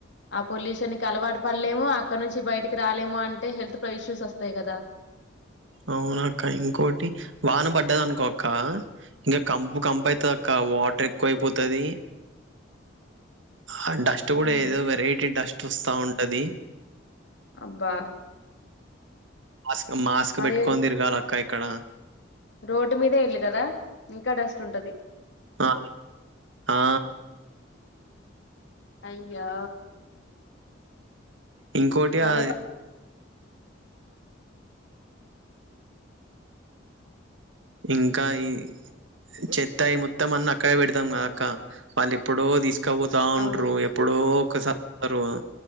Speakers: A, on the left; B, on the right.
A: ఆ పొల్యూషన్కి అలవాటు పడలేము అక్కడ నుంచి బయటికి రాలేము అంటే హెల్త్ పై ఇష్యూస్ వస్తాయి కదా
B: అవునక్క ఇంకోటి వాన పడ్డాది అనుకో అక్క ఇంకా కంపు కంపు అయితది అక్క వాటర్ ఎక్కువయిపోతది ఆ డస్ట్ కూడా
A: ఉమ్.
B: ఏదో వెరైటీ డస్ట్ వస్తా ఉంటది
A: అబ్బా
B: మాస్క్ మాస్క్
A: మళ్ళీ
B: పెట్టుకొని తిరగాలి అక్క ఇక్కడ
A: రోడ్డు మీద ఇల్లు కదా ఇంకా డస్ట్ ఉంటది
B: ఆ ఆ
A: అయ్యో
B: ఇంకోటి
A: భలే
B: ఆ
A: ప-
B: ఇంకా ఈ చెత్తాయి మొత్తం అన్న అక్కడే పెడతాం కదా అక్క వాళ్ళు ఎప్పుడో తీసుకు కావుతా ఉంట్రారు
A: అవును
B: ఎప్పుడో ఒకసారు